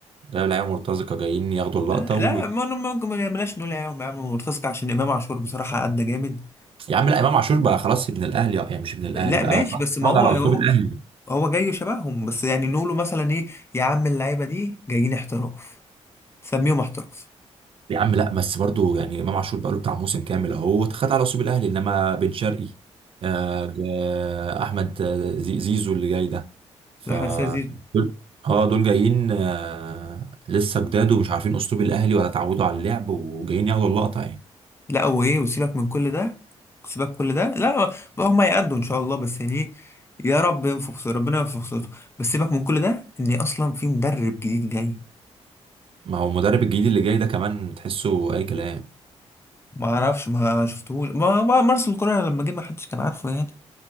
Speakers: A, on the right (about 50°); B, on the left (about 20°).
A: جايب لعيبه مرتزقه جايين ياخدوا اللقطه
B: لا لا
A: و...
B: ما ممكن ما نعملهاش نقول يا عم يا عم مرتزق عشان امام عاشور بصراحه ادى جامد
A: يا عم لا امام عاشور بقى خلاص ابن الاهلي يعني مش ابن الاهلي
B: لا
A: بقى
B: ماشي
A: اتعود
B: بس ما هو
A: على
B: هو
A: اسلوب الاهلي
B: هو جاي شبههم بس يعني نقوله مثلا ايه يا عم اللعيبه دي جايين احتراف سميهم احتراف
A: يا عم لا بس برضو يعني امام عاشور بقى له بتاع موسم كامل اهو اتخذ على اسلوب الاهلي انما بن شرقي آه جا- احمد آه، زي- زيزو اللي جاي ده ف
B: احمد السيد زيزو
A: دول اه دول جايين آه لسه جداد ومش عارفين اسلوب الاهلي ولا اتعودوا على اللعب وجايين ياخدوا اللقطه يعني
B: لا هو ايه وسيبك من كل ده سيبك كل ده لا بقى هم يأدوا ان شاء الله بس يعني إيه، يا رب ينفخ صوت ربنا ينفخ صوته بس سيبك من كل ده ان اصلا في مدرب جديد جاي
A: ما هو المدرب الجديد اللي جاي ده كمان تحسه اي كلام
B: ما اعرفش ما شفتهوش ما ما مارسيل كولر لما جه ما حدش كان عارفه يعني